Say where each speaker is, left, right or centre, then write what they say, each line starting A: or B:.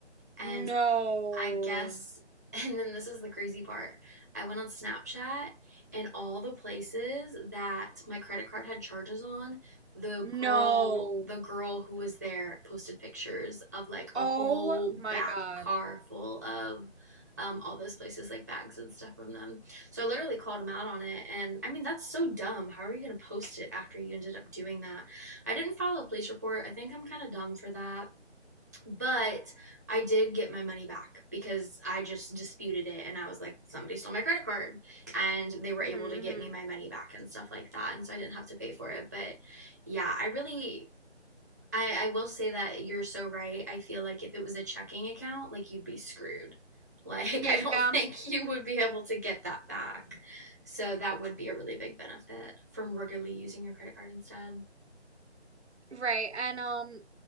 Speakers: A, on the right; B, on the right.
A: And
B: No.
A: I guess, <laughs> and then this is the crazy part. I went on Snapchat and all the places that my credit card had charges on, the girl,
B: No.
A: the girl who was there posted pictures of like a
B: Oh
A: whole back
B: my God.
A: car full of um, all those places, like bags and stuff from them. So I literally called him out on it. And I mean, that's so dumb. How are you going to post it after you ended up doing that? I didn't file a police report. I think I'm kind of dumb for that. But I did get my money back because I just disputed it and I was like, somebody stole my credit card. And they were
B: Mm-hmm.
A: able to get me my money back and stuff like that. And so I didn't have to pay for it. But yeah, I really, I, I will say that you're so right. I feel like if it was a checking account, like you'd be screwed. Like,
B: Mm-hmm.
A: <laughs> I don't
B: Yeah.
A: think you would be able to get that back. So that would be a really big benefit from regularly using your credit card instead.
B: Right. And um